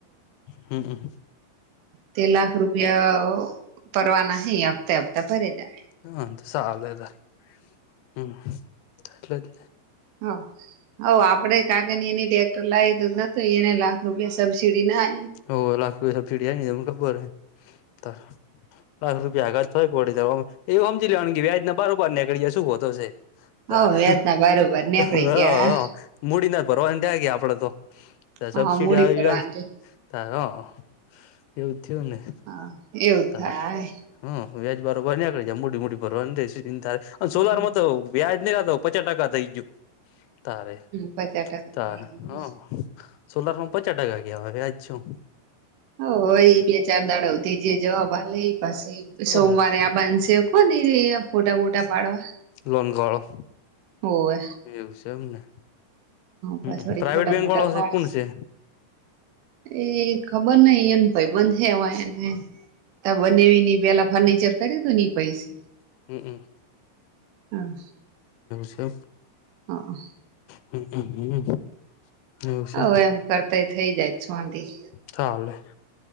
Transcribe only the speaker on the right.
તે લાખ રૂપિયા પરવાના હ હપ્તા હપ્તા ભરે જાય
હ હવ આપડે કા અ એની ટ્રેક્ટર લાએ એને લાખ રૂપિયા સબસીડી ના
હ વ્યાજ ના બારોબર નીકળી
ગયા
હા
મૂડી
ફરવાનું છે
હા એવું
થાય
હમ
પચાસ ટકા
થઈ ગયું
હ હય બે ચાર દાડથી જે જવાબા લે પછી સોમવારે
આ બાંધશે કો એ ફોટા- બોટા પાડવા
હોવે
પાછ વળી
ફોટા
બોટા
પાડશે
એ ખબર નહ એને ભાઈબંધ થવાય એને તા બનેવી ને પેલા ફર્નિચર કરયુ તું ની પૈસે
હા
હા
હવે એમ કરતાય થઇ જાય શોંધી